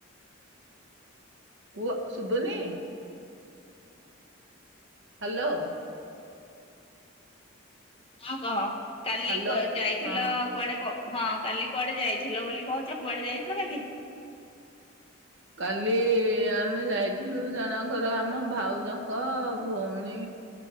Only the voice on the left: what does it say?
ହଁ କହ କାଲି
ଯାଇଥିଲ
କୁଆଡେ ହଁ। କାଲି କୁଆଡେ ଯାଇଥିଲ ବୋଲି କହୁଛ କୁଆଡେ ଯାଇଥିଲ କାଲି?